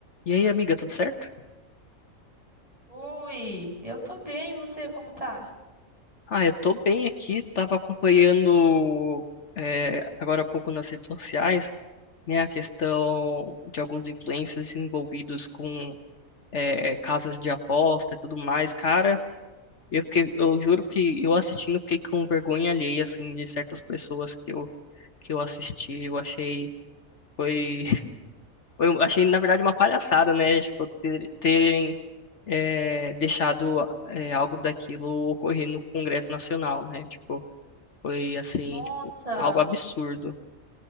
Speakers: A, on the left; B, on the right.
A: E aí, amiga, tudo certo?
B: Oi, eu tô bem, e você como tá?
A: Ah, eu tô bem aqui, tava acompanhando é, agora há pouco nas redes sociais, né, a questão de alguns influencers envolvidos com é, casas de aposta e tudo mais. Cara, eu fiquei, eu juro que eu assistindo fiquei com vergonha alheia, assim, de certas pessoas que eu, que eu assisti, eu achei, foi, <laughs> eu achei, na verdade, uma palhaçada, né, tipo, ter- terem é, deixado é, algo daquilo ocorrer no Congresso Nacional, né, tipo, Foi assim,
B: Nossa,
A: tipo, algo absurdo